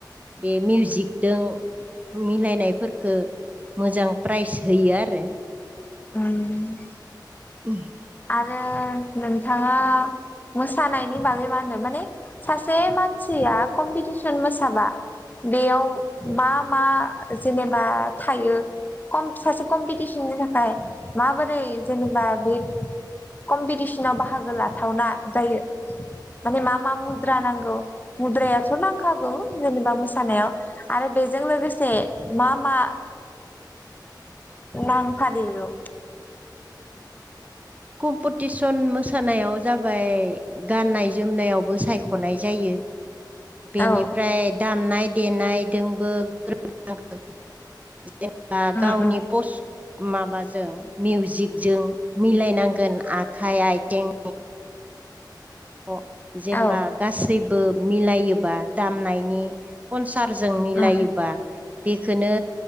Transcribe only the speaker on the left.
उ <inaudible>
आरो नोंथाङा मोसानायनि बागै मा होनो माने सासे मानसिया कम्पिटिसन मोसाबा बेयाव मा मा जेनेबा थायो? कम सासे कम्पिटिसननि थाखाय माबोरै जेनेबा बे कम्पिटिसनाव बाहागो लाथावना जायो माने मा मा मुद्रा नांगौ मुद्रायाथ' नांखागौ जेनेबा मोसानायाव आरो बेजों लोगोसे मा मा नांफादेरो?
औ
उम
उम
औ
उम